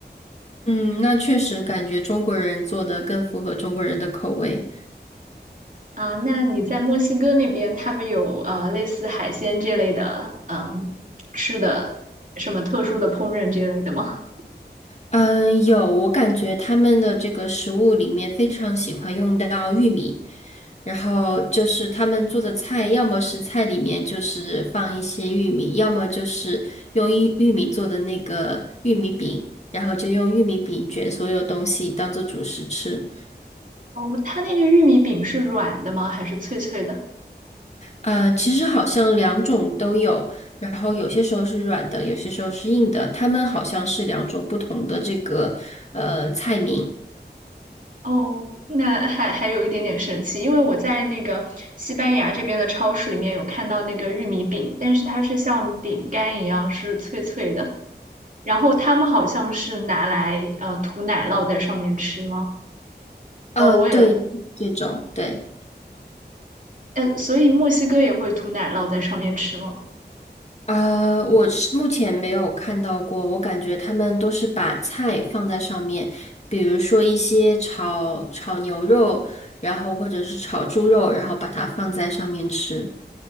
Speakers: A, on the left; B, on the right.
A: 嗯，那确实感觉中国人做的更符合中国人的口味。
B: 啊，那你在墨西哥那边，他们有呃类似海鲜这类的，嗯，吃的什么特殊的烹饪这类的吗？
A: 嗯，有，我感觉他们的这个食物里面非常喜欢用到玉米，然后就是他们做的菜，要么是菜里面就是放一些玉米，要么就是用玉玉米做的那个玉米饼，然后就用玉米饼卷所有东西当做主食吃。
B: 哦，它那个玉米饼是软的吗？还是脆脆的？
A: 嗯，其实好像两种都有，然后有些时候是软的，有些时候是硬的，他们好像是两种不同的这个呃菜名。
B: 哦，那还还有一点点神奇，因为我在那个西班牙这边的超市里面有看到那个玉米饼，但是它是像饼干一样是脆脆的，然后他们好像是拿来呃涂奶酪在上面吃吗？
A: 啊，
B: 哦，我也
A: 对，这种对。
B: 呃，所以墨西哥也会涂奶酪在上面吃吗？
A: 呃，我是目前没有看到过，我感觉他们都是把菜放在上面，比如说一些炒炒牛肉，然后或者是炒猪肉，然后把它放在上面吃。